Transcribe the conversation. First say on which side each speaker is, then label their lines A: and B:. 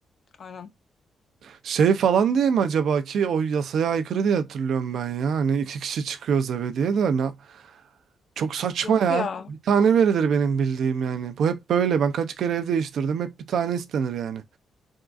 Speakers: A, on the left (about 45°); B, on the right (about 65°).
A: Aynen.
B: şey falan diye mi acaba ki o yasaya aykırı diye hatırlıyorum ben ya. Hani iki kişi çıkıyoruz eve diye de ne, Çok saçma
A: Yok
B: ya.
A: ya.
B: Bir tane verilir benim bildiğim yani. Bu hep böyle. Ben kaç kere ev değiştirdim. Hep bir tane istenir yani.